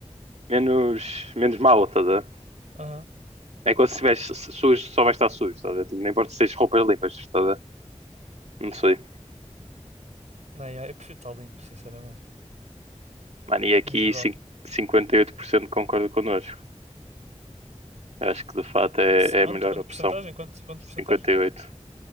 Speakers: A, on the right (about 70°); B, on the right (about 85°).
A: menos, menos mal, estás a ver?
B: Aham.
A: É quando se estiveres sujo, só vai estar sujo, estás a ver? Tipo, nem importa se tens roupas limpas, estás a ver? Não sei.
B: Não, yeah, eu prefiro estar limpo, sinceramente.
A: Mano, e aqui
B: No geral.
A: cin- 58% concorda connosco. Eu Acho que de fato é,
B: Se- Quanto,
A: é a melhor
B: quanto
A: opção.
B: porcentagem? Quanto, quanto porcentagem?
A: 58%.